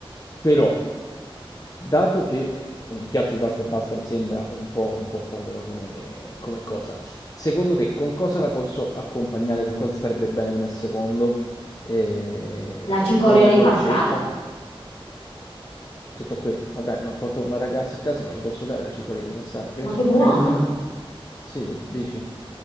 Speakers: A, on the left; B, on the left.
A: però, dato che eh, un piatto di pasta e basta mi sembra un po', un po' povero come, come cosa, secondo te con cosa la posso accompagnare? Con cosa starebbe bene come secondo? Eh,
B: La cicoria
A: o un
B: ripassata,
A: dolcetto? Tutto qui. Ma dai, ma porto una ragazza a casa, ma gli posso dare la cicoria di passata? Che
B: ma
A: ne so,
B: che buona!
A: magari... Sì, dici?